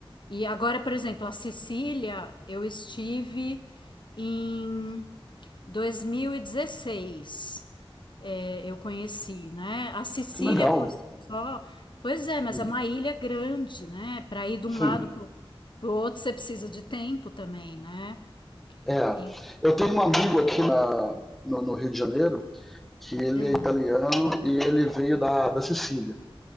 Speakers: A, on the left (about 55°); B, in the centre.
A: E agora, por exemplo, a Sicília, eu estive em 2016, é, eu conheci, né? A Sicília
B: Que legal.
A: por si só, pois é, mas
B: Hum.
A: é uma ilha grande, né? Para ir de
B: Sim.
A: um lado para o outro, você precisa de tempo também, né?
B: É.
A: E-
B: Eu tenho um amigo aqui na, no, no, Rio de Janeiro que ele
A: ah,
B: é italiano e ele veio da, da Sicília.